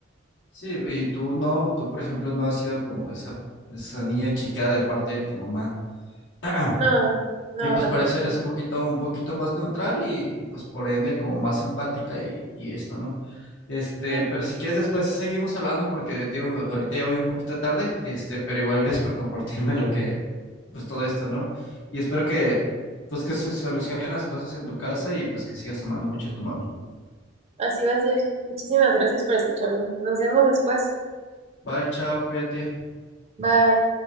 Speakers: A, on the left; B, on the right.
A: Sí, y tú no, tú por ejemplo no has sido como esa, esa niña chiqueada de parte de tu mamá. <clears throat>
B: No, no,
A: Y pues
B: tampoco.
A: por eso eres un poquito, un poquito más neutral y, y, pues por ende como más empática y, y esto, ¿no? Este,
B: Sí,
A: pero si quieres después seguimos hablando porque te digo, ahorita ya voy un poquito tarde, este, pero igual gracias por compartirme lo que, pues todo esto, ¿no? Y espero que, pues que se solucionen las cosas en tu casa y pues que sigas amando mucho a tu mami.
B: así va a ser. Muchísimas gracias por escucharme. Nos vemos después.
A: Bye, chao, cuídate.
B: Bye.